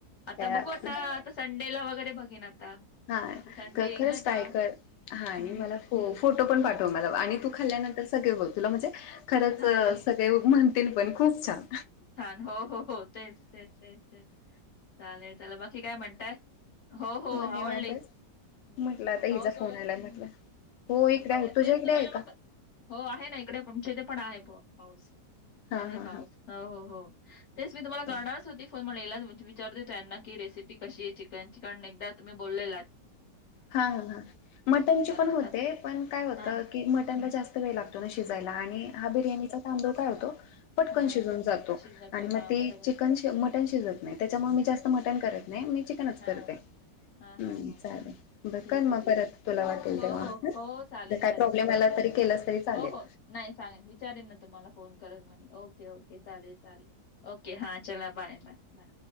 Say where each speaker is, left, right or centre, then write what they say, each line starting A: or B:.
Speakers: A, on the left; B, on the left.
A: आता
B: काय
A: बघू आता आता संडेला वगैरे बघेन आता.
B: हा
A: आता संडे
B: खरंच
A: येईल ना तेव्हा
B: पायकर हा आणि
A: हम्म
B: मलाोट
A: हम्म
B: फोो पण पाठव म तू खाल्ल्यानंतर सगळे तुला म्हणजे खरंच
A: हा
B: सगळे पण खूप छान.
A: छान हो हो हो तेच तेच तेच तेच चालेल ला बाकी काय म्हणताय हो हो.
B: निवादस
A: आवडली निवांत
B: म्हटलं
A: हो
B: आता हिचा
A: पाऊस वगैरे
B: फोन आलाय
A: हम्म
B: म्हटलं हो इकडे आहे
A: नाही
B: तुझ्या
A: तेच
B: इकडे
A: तुम्हाला
B: आहे का?
A: मग हो आहे ना इकडे पचे ते पण आहे पाऊस
B: हा
A: आहे
B: हा
A: पाऊस हो हो. ते मी तमणार
B: हा
A: हो. विचार द त्यांना की रेसिपी कशी आहे चिकनची काण एकदा तुम्ही बोललेला
B: हा हा हा मटनचे
A: बनवता
B: पण होते पण काय होतं
A: हा हम्म,
B: की मटनला जास्त वेळ लागत. शिजायला आणि हा बिर्याणीचा तांददा काढतो. पटकन
A: हा
B: शिजून जातो
A: शिजतो
B: आणि मग
A: हा
B: ते
A: बरोबर
B: चिकन मटन शिजत नाही त्याच्यामुळे मी जास्त मटण करत नाही मी चिकनच
A: हा
B: करतेम्म
A: हा हा हा
B: चालेल. बर
A: ठीक
B: कर
A: आहे
B: मग
A: ठीक
B: परत
A: आहे
B: तुला वाटेल
A: हो
B: तेव्हा
A: हो हो चालेल
B: काय
A: करेन
B: प्रॉब्लेम
A: करेन
B: आला तरी केलास तरी चालेल.
A: हो हो नाही सांग विचारेन ना तुम्हाला फोन करून मी ओके ओके चालेल चालेल ओके हां चला बाय. Bye bye.